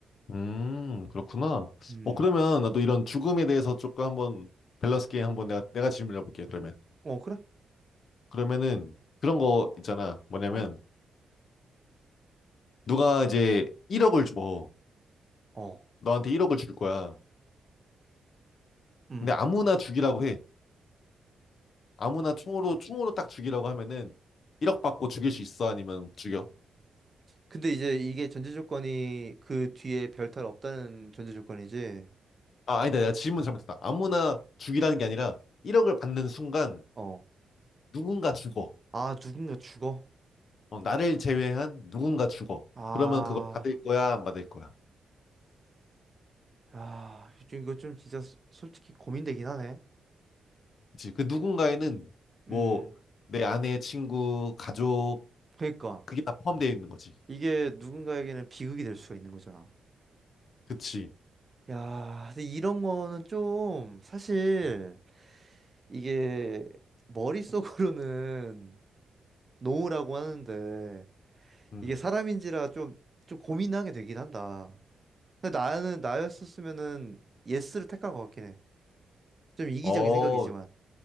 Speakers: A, on the left; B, on the right.
A: 음, 그렇구나.
B: 음.
A: 어, 그러면 나도 이런 죽음에 대해서 조금 한번 밸런스 게임 한번 내가, 내가 질문해 볼게, 그러면.
B: 어, 그래?
A: 그러면은 그런 거 있잖아. 뭐냐면
B: 어.
A: 누가 이제 1억을 줘.
B: 어.
A: 너한테 1억을 줄 거야.
B: 음.
A: 근데 아무나 죽이라고 해. 아무나 총으로, 총으로 딱 죽이라고 하면은 1억 받고 죽일 수 있어? 아니면 죽여?
B: 근데 이제 이게 전제 조건이 그 뒤에 별탈 없다는 전제 조건이지.
A: 아, 아니다. 내가 질문 잘못했다. 아무나 죽이라는 게 아니라 1억을 받는 순간
B: 어.
A: 누군가 죽어.
B: 아, 누군가 죽어?
A: 어, 나를 제외한 누군가 죽어.
B: 아.
A: 그러면 그걸 받을 거야? 안 받을 거야?
B: 아, 좀 이거 좀 진짜 소- 솔직히 고민되긴 하네.
A: 그치. 그 누군가에는 뭐
B: 음.
A: 내 아내, 친구, 가족,
B: 그러니까
A: 그게 다 포함되어 있는 거지.
B: 이게 누군가에게는 비극이 될 수가 있는 거잖아.
A: 그치.
B: 야, 근데 이런 거는 좀 사실
A: 음.
B: 이게 머릿속으로는 노우라고 하는데
A: 음.
B: 이게 사람인지라 좀 좀 고민하게 되긴 한다. 근데 나는 나였었으면은 예스를 택할 것 같긴 해. 좀 이기적인
A: 어,
B: 생각이지만.